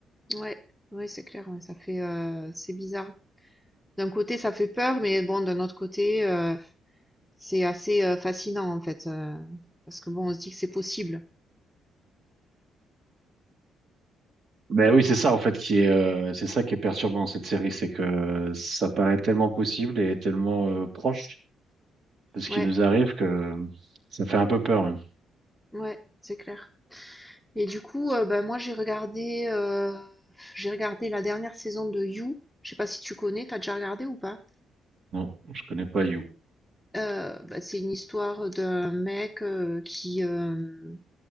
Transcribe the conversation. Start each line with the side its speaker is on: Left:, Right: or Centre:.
Centre: Ouais, ouais, c'est clair, ouais, ça fait, euh, c'est bizarre. D'un côté, ça fait peur, mais bon, d'un autre côté, euh, c'est assez euh, fascinant en fait, euh, parce que bon, on se dit que c'est possible.
Right: Ben oui, c'est ça en fait qui est, euh, c'est ça qui est perturbant dans cette série, c'est que ça paraît tellement possible et tellement euh, proche de ce qui
Centre: Ouais,
Right: nous arrive que ça fait un peu peur. hein.
Centre: ouais, c'est clair. Et du coup, euh, ben moi, j'ai regardé, euh, j'ai regardé la dernière saison de You. Je sais pas si tu connais, t'as déjà regardé ou pas?
Right: Non, je connais pas You.
Centre: Heu, bah, c'est une histoire d'un mec, heu, qui, hem,